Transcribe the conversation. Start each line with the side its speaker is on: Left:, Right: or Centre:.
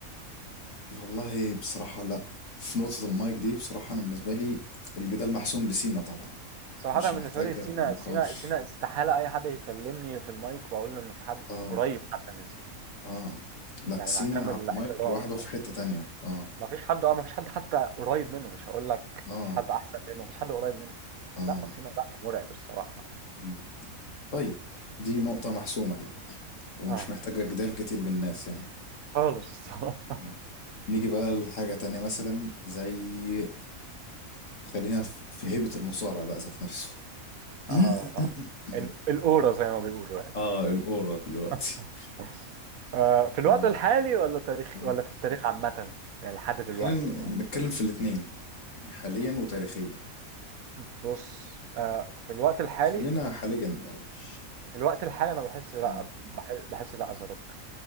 Left: والله بصراحة لا في نقطة المايك دي بصراحة انا بالنسبة لي الجدال محسوم لسينا طبعا
Right: صراحة
Left: مش
Right: أنا بالنسبة
Left: محتاجة
Right: لي سينا
Left: نقاش
Right: سينا سينا استحالة أي حد يكلمني في المايك وأقول له إن في حد
Left: اه
Right: قريب حتى من سينا
Left: اه لا
Right: يعني
Left: سينا
Right: مع كامل
Left: على
Right: الاحترام
Left: المايك لوحده في
Right: يعني.
Left: حتة تانية اه
Right: ما فيش حد اه ما فيش حد حتى قريب منه مش هقول لك
Left: اه
Right: ما فيش حد أحسن منه ما فيش حد قريب منه
Left: اه
Right: لا سينا لا مرعب الصراحة يعني.
Left: مم. طيب دي نقطة محسومة اهي ومش
Right: اه
Left: محتاجة جدال كتير بالناس يعني
Right: خالص الصراحة
Left: آه. نيجي بقى لحاجة تانية مثلا زي خلينا في في هيبة المصارع بقى ذات نفسه <coughs>
Right: اه ال- الأورا زي ما بيقولوا يعني
Left: اه الأورا دلوقتي
Right: <laughs> آه،
Left: آه.
Right: في الوقت الحالي ولا تاريخ
Left: آه.
Right: ولا في التاريخ عامة يعني لحد دلوقتي
Left: خلينا ن-
Right: مثلا
Left: نتكلم في الاتنين يعني حاليا وتاريخيا
Right: بص آه، في الوقت الحالي
Left: خلينا حاليا الأول
Right: في الوقت الحالي أنا بحس لا
Left: اه
Right: بحس, بحس لا أزاروك